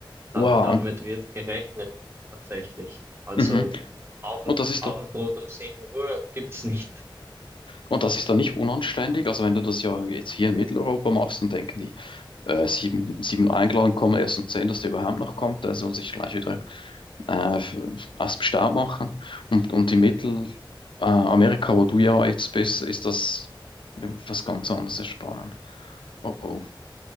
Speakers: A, on the right; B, on the left.
A: Da,
B: Wow.
A: damit
B: Und,
A: wird gerechnet tatsächlich. Also
B: mhm.
A: Abend,
B: Und das ist
A: Abendbrot
B: da,
A: um 7 Uhr gibt's nicht.
B: und das ist da nicht unanständig. Also wenn du das ja jetzt hier in Mitteleuropa machst, dann denken die, äh, sieben, sieben eingeladen, kann man erst um zehn dass der überhaupt noch kommt. Der soll sich gleich wieder äh, f- aus dem Staub machen. Und, und in Mittelamerika, äh, Amerika, wo du ja jetzt bist, ist das was ganz anderes ist spannend. Oh oh.